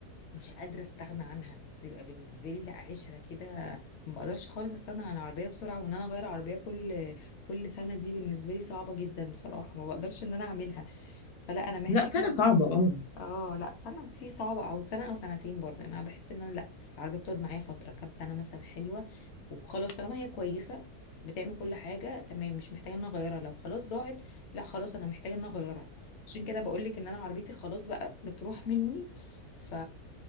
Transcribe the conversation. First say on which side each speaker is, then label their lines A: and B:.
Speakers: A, on the left; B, on the left.
A: مش قادرة استغنى عنها بيبقى بالنسبة لي لا عشرة كده ما بقدرش خالص استغنى عن العربية بسرعة وان انا اغير عربية كل كل سنة دي بالنسبة لي صعبة جدا بصراحة ما بقدرش ان انا اعملها فلا انا محتاجة
B: لا سنه صعبه اه
A: اه لا سنة دي صعبة او سنة او سنتين برضه يعني انا بحس ان انا لا العربية بتقعد معايا فترة كام سنة مثلا حلوة وخلاص طالما هي كويسة بتعمل كل حاجة تمام مش محتاجة ان انا اغيرها لو خلاص ضاعت لا خلاص انا محتاجة ان انا اغيرها عشان كده بقولك ان انا عربيتي خلاص بقى بتروح مني ف